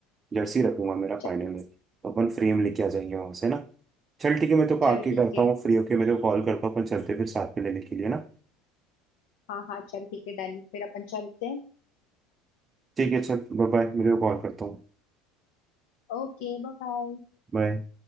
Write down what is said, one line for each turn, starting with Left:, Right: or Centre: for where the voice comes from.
Right: जर्सी रखूंगा मेरा
Left: च-
Right: फाइनल में तो अपन फ्रेम लेके आ जाएंगे वहां से ना चल ठीक है मैं तो
Left: चल
Right: आके
Left: ठीक
Right: करता
Left: है
Right: हूँ फ्री होके मैं तो कॉल करता हूँ अपन चलते हैं फिर साथ में लेने के लिए ना
Left: हाँ हाँ चल ठीक है डन फिर अपन चलते हैं
Right: ठीक है चल बाय बाय मैं तो कॉल करता हूँ
Left: Okay bye bye.
Right: बाय